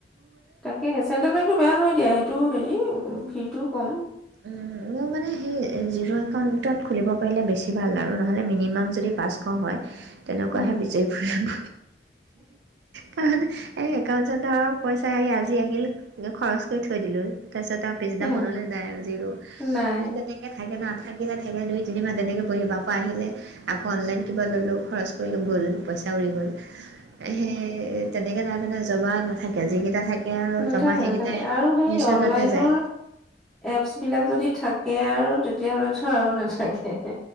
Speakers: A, in the centre; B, on the right.
A: তাকে চেন্ট্ৰেল বেংকতটো বেয়া নহয় দিয়া সেইটোও হেৰি ভিৰটোও কম
B: উম আমও মানে সেই জিৰ' একাউণ্টত খুলিব পাৰিলে বেছি ভাল আৰু নহ'লে মিনিমাম যদি পাঁচশ হয়, তেনেকুৱাহে
A: উম,
B: বিচাৰি ফুৰিব কাৰণ এই একাউণ্টছত ধৰক পইচা আহ আজ যি আহিল খৰচ কৰি থৈ দিলো তাৰ পিছত আৰু পিছদিনাখনলৈ
A: উম,
B: নাই আৰু। সেই
A: নাই
B: তেনেকে থাকে না থাকি না থাকিল দুই তিনি মাহ তেনেকে পঢ়িবা, আকৌ আহিলে আকৌ অনলাইন কিবা ল'লো খৰচ কৰিলো গ'ল পইচা উৰি গ'ল সেই তেনেকে নাই পনে জবা নাথাকে যিকেইটা থাকে আৰু
A: নাথাকে
B: জমা সেইকেইটাই
A: নাথাকে। আৰু সেই
B: মিউচুৱেলতে
A: অনলাইনৰ
B: যায়
A: এপচ বিলাক যদি থাকে আৰু তেতিয়াাহ'লেতো আৰু নাথাকে।